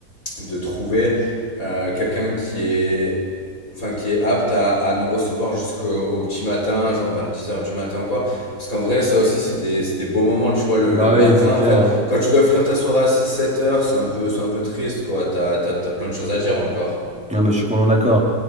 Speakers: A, on the left (about 60°); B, in the centre.
A: de trouver euh, quelqu'un qui est, enfin, qui est apte à, à nous recevoir jusqu'au au petit matin, genre vers dix heures du matin ou quoi. Parce qu'en vrai, ça aussi, c'est des, c'est des beaux moments, tu vois, le,
B: Bah
A: le matin,
B: oui, c'est clair.
A: en fait.
B: hein.
A: Quand tu dois finir ta soirée à six sept heures c'est un peu, c'est un peu triste, quoi. T'as, t'as, t'as plein de choses à dire encore.
B: Ah, mais je suis complètement d'accord.